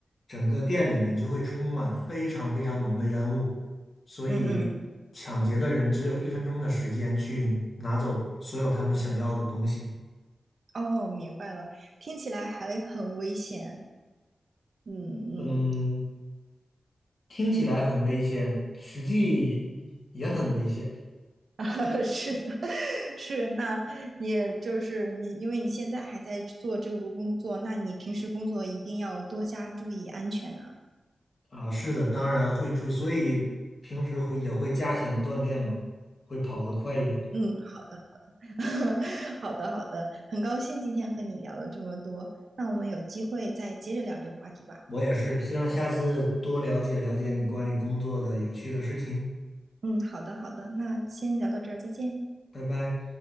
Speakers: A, on the left; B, on the right.
A: 整个店里面就会充满非常非常浓的烟雾，所以抢劫的人只有一分钟的时间去拿走所有他们想要的东西。
B: 嗯嗯，哦，明白了，听起来还很危险。嗯嗯，
A: 嗯，听起来很危险，实际也很危险
B: <laughs> 啊，是的，<laughs> 是，那也就是你，因为你现在还在做这个工作，那你平时工作一定要多加注意安全啊。
A: 啊。是的，当然会注意，所以平时会也会加强锻炼嘛，会跑得快一点。
B: 嗯，<laughs> 好的好的，很高兴今天和你聊了这么多，那我们有机会再接着聊这个话题吧。
A: 我也是，希望下次多了解了解你关于工作的有趣的事情。
B: 嗯，好的好的，那先聊到这儿，再见。
A: 拜拜。